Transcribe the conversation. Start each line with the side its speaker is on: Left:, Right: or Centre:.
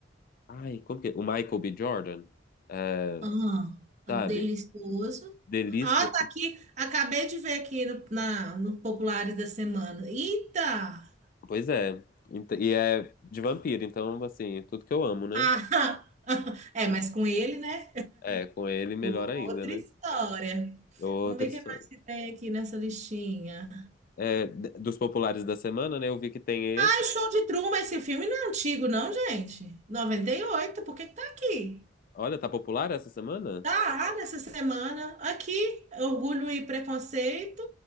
Left: Ai, como que é? O Michael B. Jordan. É,
Right: Ah,
Left: sabe?
Right: delicioso.
Left: Delícia.
Right: Ah, tá aqui. Acabei de ver aqui no, na, no Populares da Semana. Eita!
Left: Pois é. Ent- E é de vampiro, então, assim, tudo que eu amo, né?
Right: Ah, <laughs> é, mas com ele, né?
Left: É, com ele melhor
Right: Outra
Left: ainda, né?
Right: história.
Left: Outra
Right: Vamos ver
Left: história.
Right: o que mais que tem aqui nessa listinha.
Left: é, d- dos populares da semana, né? Eu vi que tem
Right: Ah,
Left: esse.
Right: Show de Truman, esse filme não é antigo, não, gente. 98. por que que tá aqui?
Left: Olha, tá popular essa semana?
Right: Tá nessa semana. Aqui, Orgulho e Preconceito.